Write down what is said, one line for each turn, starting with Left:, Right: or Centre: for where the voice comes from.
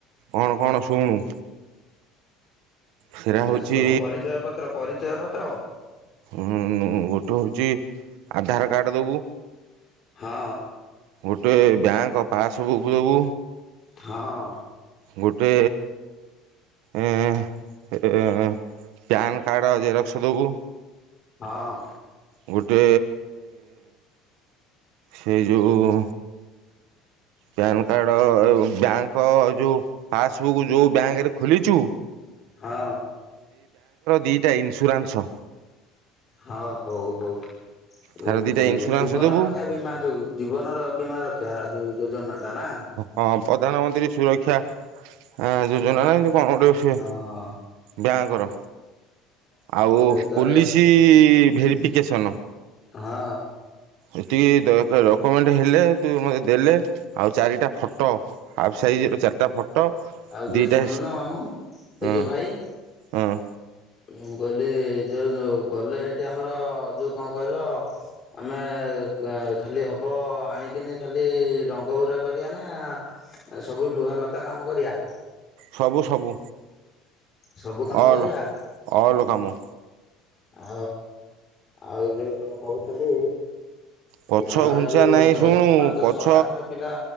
Right: କଣ କଣ ଶୁଣୁ ସେରା ହଉଛି
Left: ସବୁ ପରିଚୟ ପତ୍ର ପରିଚୟ ପତ୍ର।
Right: ହୁଁ ଗୋଟେ ହଉଛି ଆଧାରକାର୍ଡ ଦବୁ
Left: ହଁ।
Right: ଗୋଟେ ବ୍ୟାଙ୍କ ପାସବୁକ ଦେବୁ।
Left: ହଁ।
Right: ଗୋଟେ ଏ ଏ ପ୍ୟାନକାର୍ଡ ଜେରକ୍ସ ଦେବୁ
Left: ହଁ।
Right: ଗୋଟେ ସେ ଯେଉଁ ପ୍ୟାନକାର୍ଡ ବ୍ୟାଙ୍କ ଯୋଉ ପାସବୁକ୍ ଯୋଉ ବ୍ୟାଙ୍କରେ ଖୋଲିଛୁ।
Left: ହଁ।
Right: ଦିଟା ଇନ୍ସୁରାନ୍ସ
Left: ହଁ ହଉ ହଉ।
Right: ତାର
Left: ଉଁ
Right: ଦୁଇଟା ଇନ୍ସୁରାନ୍ସ
Left: ଜୀବନରକ୍ଷା
Right: ଦେବୁ
Left: ବୀମା ଯୋଉ ଜୀବନର ବୀମା ରକ୍ଷା ଯୋଉ ଯୋଜନା ତା ନା
Right: ହଁ ପ୍ରଧାନମନ୍ତ୍ରୀ ସୁରକ୍ଷା ଆଁ ଯୋଜନା ନା ଏମିତି କ'ଣ ଗୋଟେ ସେ
Left: ହଁ ହଁ।
Right: ବ୍ୟାଙ୍କର ଆଉ
Left: ତାହେଲେ
Right: ପୋଲିସି ଭେରିଫିକେସନ୍
Left: ହଁ।
Right: ଏତିକି ଡକୁମେଣ୍ଟ ହେଲେ ତୁ ମତେ ଦେଲେ ଆଉ ଚାରିଟା ଫଟୋ ହାଫ୍ ସାଇଜର ଚାରିଟା ଫଟୋ
Left: ଆଉ ଯୋଉ
Right: ଦୁଇଟା
Left: ଶୁଣୁନ
Right: ଏକ୍ସ
Left: ମାମୁଁ ଏଇ
Right: ହଁ
Left: ଯୋଉ ଭାଇ
Right: ହୁଁ।
Left: ମୁଁ କହିଲି ଯୋଉ ଗଲେ ହେଠି ଆମର ଯୋଉ କଣ କହିଲ ଆମେ ତେ କାଁ ଖାଲି ହବ ଆଣିକିନି ଖାଲି ରଙ୍ଗଉୁରା କରିବା ନା ସବୁ ଲୁହାଲତା କାମ କରିବା।
Right: ସବୁ ସବୁ
Left: ସବୁ କାମ
Right: ଅଲ୍
Left: କରିବା
Right: ଅଲ୍ କାମ।
Left: ଆ ଆଉ ଯୋଉ କଣ କହୁଥିଲି
Right: ପଛ
Left: ଆମେ
Right: ଘୁଞ୍ଚା
Left: ଯୋଉ
Right: ନାହିଁ ଶୁଣୁ
Left: ପାଞ୍ଚ
Right: ପଛ
Left: ଛଅଟା ଖଣ୍ଡେ ପିଲା